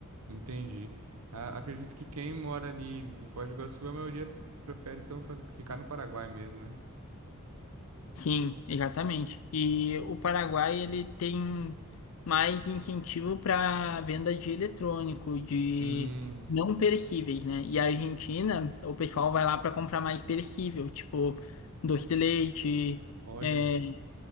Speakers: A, on the right (about 85°); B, on the left (about 65°).
A: Entendi. Ah, acredito que quem mora ali em Foz do Iguaçu, a maioria prefere então faz- ficar no Paraguai mesmo, né?
B: Sim, exatamente. E o Paraguai ele tem mais incentivo para venda de eletrônico, de
A: Hum,
B: não perecíveis, né? E a Argentina, o pessoal vai lá para comprar mais perecível, tipo doce de leite,
A: olha.
B: é,